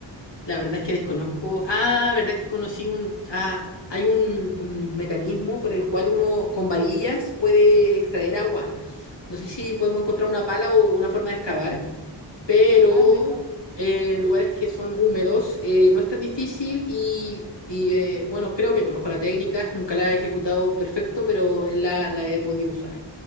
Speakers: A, on the left; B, on the right.
A: La verdad es que desconozco. Ah, verdad que conocí un. Ah, hay un, un mecanismo por el cual uno con varillas puede extraer agua. No sé si podemos encontrar una pala o una forma de excavar pero
B: Ah, es verdad.
A: eh, en lugares que son húmedos eh, no es tan difícil y, y, eh, bueno, creo que conozco la técnica, nunca la he ejecutado perfecto, pero la, la he podido usar.